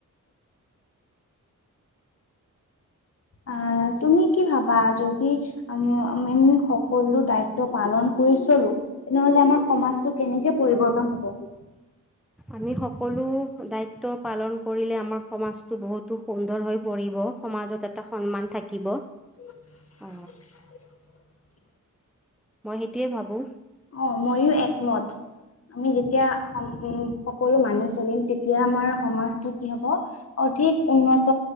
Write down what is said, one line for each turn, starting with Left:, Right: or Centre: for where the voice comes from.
Left: অ তুমি কি ভাবা? যদি আ-আমি সকলো দায়িত্ব পালন কৰি চলো। তেনেহলে আমাৰ সমাজটো কেনেকে পৰিৱৰ্তন হব?
Centre: আমি সকলো দ্বায়িত্ব পালন কৰিলে আমাৰ সমাজটো বহুতো সুন্দৰ হৈ পৰি সমাজত এটা সন্মান থাকিব।
Left: <unintelligible>
Centre: অ মই সেইটোয়ে ভাবো।
Left: অ ময়ো একমত। আমি যেতিয়া উ সকলো মা চলিম, তেতিয়া আমাৰ সমাজটো কি হ'ব, অধিক উন্নত